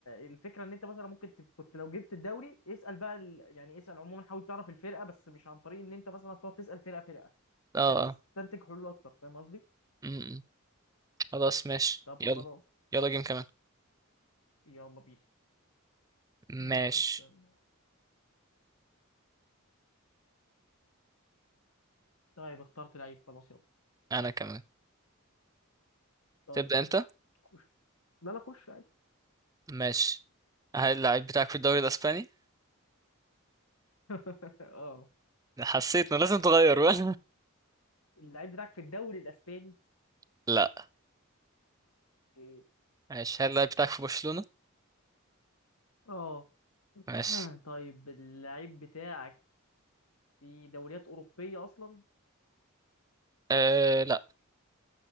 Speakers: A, on the left; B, on the right.
A: الفكره ان انت مثلا ممكن تب- كنت لو جبت الدوري اسال بقى ال... يعني اسال عموما حاول تعرف الفرقه بس مش عن طريق ان انت مثلا تقعد تسال فرقه فرقه
B: اه
A: لا استنتج
B: اه
A: حلول اكتر فاهم قصدي؟
B: م- م. خلاص ماشي
A: طب
B: يلا
A: خلاص
B: يلا جيم كمان
A: يلا بينا
B: ماشي
A: ماشي استنى طيب اخترت لعيب خلاص يلا
B: انا كمان
A: طيب
B: تبدا انت
A: خش لا لا خش عادي
B: ماشي هل اللعيب بتاعك في الدوري الاسباني
A: <laughs> اه
B: حسيت انه لازم تغير بقى
A: اللعيب بتاعك في الدوري الاسباني
B: <laughs> لا
A: إيه.
B: ماشي هل اللعيب بتاعك في برشلونه
A: اه
B: ماشي
A: مم، طيب اللعيب بتاعك في دوريات اوروبيه اصلا
B: أه لا